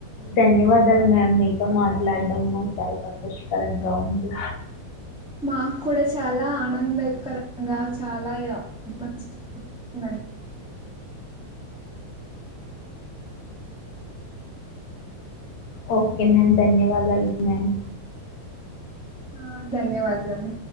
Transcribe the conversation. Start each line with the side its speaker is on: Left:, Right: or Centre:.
Left: ధన్యవాదాలు మ్యామ్ మీతో మాట్లాడడం. మాకు చాలా సంతోషకరంగా ఉంది.
Centre: మాకు కూడా చాలా ఆనందకరంగా చాలా మం <unintelligible>
Left: ఓకే మ్యామ్ ధన్యవాదాలు మ్యామ్.
Centre: ఆహ్ ధన్యవాదాలు.